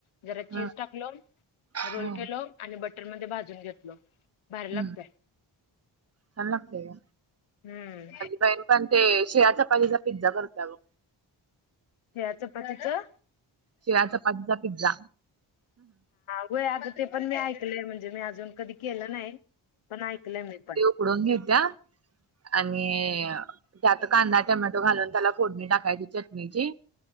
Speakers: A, on the left; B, on the right.
A: जरा चीज
B: हा
A: टाकलो
B: हो
A: रोल केलो आणि बटर मध्ये भाजून घेतलो. भारी
B: हम,
A: लागतय
B: छान लागतंय
A: हम्म
B: काय? पण ते शिळ्या चपातीचा पिझ्झा करतीया बघ.
A: शिळ्या चपातीचं?
B: शिळ्या चपातीचा पिझ्झा!
A: होय, आता ते पण मी ऐकलय म्हणजे मी अजून कधी केलं नाही, पण ऐकलंय मी पण.
B: उडून घेतीया? आणि त्यात कांदा, टमॅटो घालून त्याला फोडणी टाकायची. चटणीची,